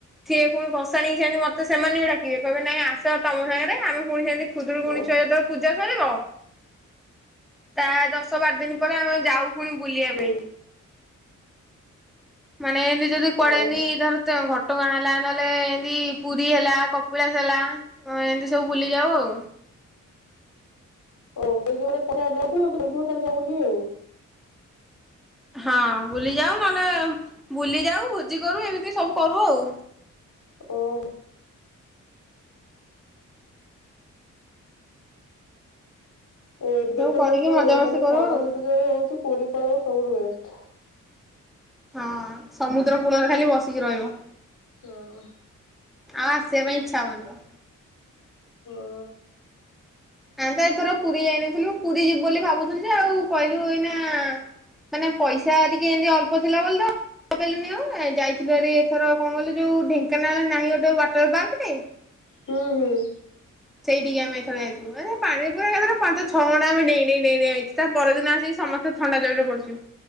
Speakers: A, in the centre; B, on the left.
A: ସିଏ ଫୁଣି ଭସାଣି କି ସେମିତି ମତେ ସେମାନେ ବି ଡାକିବେ କହିବେ ନାଇଁ ଆସ ତମ ସାଙ୍ଗରେ ଆମେ ଫୁଣି ସେମିତି ଖୁଦୁରୁୁକୁଣୀ
B: ଓ
A: ପୂଜା ସରିବ ତା ଦଶ ବାର ଦିନ ପରେ ଆମେ ଯାଉ ପୁଣି ବୁଲିବା
B: ହୁଁ
A: ପାଇଁ। ମାନେ ଏନ୍ତି ଯଦି କୁଆଡ଼େ
B: ଓହୋ
A: ଏନ୍ତି ଧର ତ ଘ ଟଗାଁ ହେଲା ନହେଲେ ଏନ୍ତି ପୁରୀ ହେଲା କପିଳାସ ହେଲା ଅ ଏନ୍ତି ସବୁ ବୁଲି ଯାଉ ଆଉ।
B: ଓ ସେଇ ଯୁଗରେ ପଇସା ଦଉଥୁଲୁ <unintelligible> କାଲି ଯା ବୁଲି ଆଉ।
A: ହଁ ବୁଲି ଯାଉ ନହେଲେ ବୁଲି ଯାଉ ଭୋଜି କରୁ ଏମିତି ସବୁ କରୁ ଆଉ।
B: ଓହୋ। ଏବେ
A: ଏମିତି ସବୁ
B: ତ
A: କରିକି
B: ଯୋଉ
A: ମଜାମସ୍ତି
B: ମାନେ
A: କରୁ
B: ଖରା
A: ଆଉ।
B: ଯେତେ ଜୋରେ ହଉଚି ପୁରୀ ପଲେଇବ ସବୁଠୁ ବେଷ୍ଟ।
A: ହଁ ସମୁଦ୍ର କୂଳରେ ଖାଲି ବସିକି ରହିବ।
B: ହଁ।
A: ଆଉ ଆସିବା ପାଇଁ ଇଚ୍ଛା ହବନି ତ।
B: ହଁ
A: ଆନ୍ତ ଏଇଥର ପୁରୀ ଯାଇନଥିଲୁ ପୁରୀ ଯିବୁ ବୋଲି ଭାବୁଥୁଲୁ ଯେ ଆଉ କଇଲୁ ଏଇନା ମାନେ ପଇସା ଟିକେ ଏନ୍ତି ଅଳ୍ପ ଥିଲା ବୋଲି ତ ଅପେଲିନି ଆଉ ଏ ଯାଇଥିଲୁ ହାରି ଏଥର କଁ କଇଲୁ ଯୋଉ ଢେଙ୍କାନାଳ ନାହିଁ ଗୋଟେ ୱାଟର ପାର୍କଟେ?
B: ହୁଁ ହୁଁ।
A: ସେଇଠିକି ଆମେ ଏଥର ଯାଇଥିଲୁ ଆଁ ତା ପାଣିରେ ପୁରା ଏକାଥରେ ପାଞ୍ଚ ଛଅ ଘଣ୍ଟା ଆମେ ଡେଇଁ ଡେଇଁ ଡେଇଁ ଡେଇଁ ଆଇଚୁ ତା ପରଦିନ ଆସି ସମସ୍ତେ ଥଣ୍ଡା ଜରରେ ପଡିଚୁ।